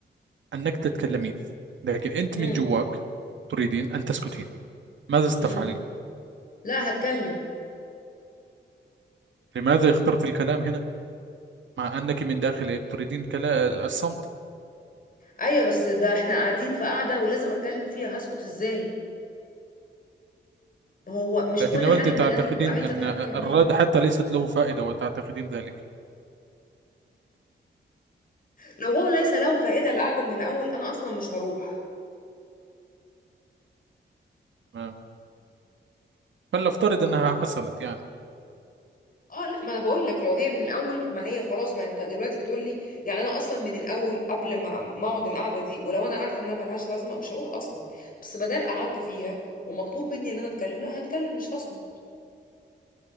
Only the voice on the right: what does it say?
أنك تتكلمين لكن أنت
من جواك تريدين أن تسكتين ماذا ستفعلين؟
لماذا اخترت الكلام هنا مع أنك من داخلك تريدين كلا... الصمت
لكن
لو
أنت
تعتقدين
أن
الرد حتى ليست له فائدة وتعتقدين ذلك
تمام فلنفترض أنها حصلت يعني